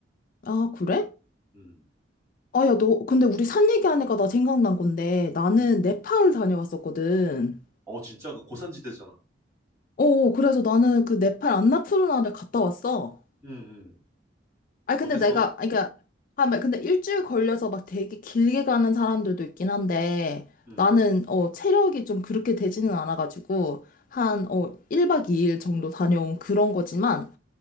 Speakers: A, on the left; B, on the right.
A: 아, 그래?
B: 음,
A: 아, 야, 너, 근데 우리 산 얘기하니까 나 생각난 건데, 나는
B: 음, 음.
A: 네팔 다녀왔었거든.
B: 어, 진짜 그 고산지대잖아.
A: 어, 어, 그래서 나는 그 네팔 안나푸르나를 갔다 왔어.
B: 음, 음.
A: 아니, 근데
B: 어땠어?
A: 내가, 아니, 그러니까, 아, 막 근데 일주일 걸려서 막 되게 길게 가는 사람들도 있긴 한데,
B: 음,
A: 나는, 어, 체력이 좀 그렇게 되지는 않아가지고, 한, 어, 1박 2일 정도 다녀온 그런 거지만,